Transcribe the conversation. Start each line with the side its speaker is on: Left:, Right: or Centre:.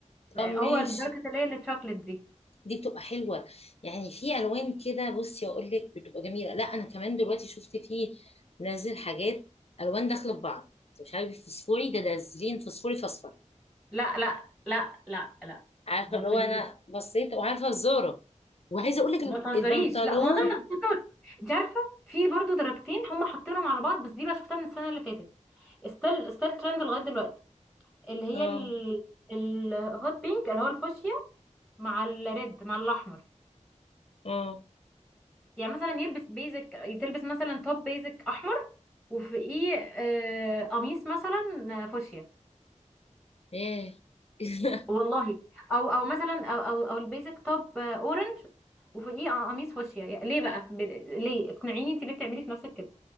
Left: طب
Centre: هو
Left: ماشي
Centre: الدرجه اللي هي التشوكلت دي
Left: دي بتبقى حلوة يعني في ألوان كده بصي أقول لك بتبقى جميلة لا أنا كمان دلوقتي شفت فيه نازل حاجات ألوان داخلة في بعض مش عارف فسفوري ده نازلين فسفوري في أصفر
Centre: لا لا لا لا لا
Left: عارفة
Centre: ما
Left: اللي
Centre: تقوليش
Left: هو أنا بصيت وعارفة الزارة وعايزة أقول لك
Centre: ما تهزريش
Left: البنطلون
Centre: لا ما ده أنا بهزر. انت عارفه في برضو درجتين هم حاطينهم على بعض بس دي بقى شفتها من السنه اللي فاتت ستيل ستيل ترند لغايه دلوقتي اللي هي
Left: اه
Centre: ال... الهوت بينك اللي هو الفوشيا مع الريد مع الاحمر
Left: اه
Centre: يعني مثلا يلبس بيزك تلبس مثلا توب بيزك احمر وفوقيه آه، قميص مثلا آه، فوشيا
Left: ايه <laughs>
Centre: والله او او مثلا او او او البيزك توب آه، اورنج وفوقيه قميص فوشيا يعني ليه بقى ب- ليه اقنعيني انت ليه بتعملي في نفسك كده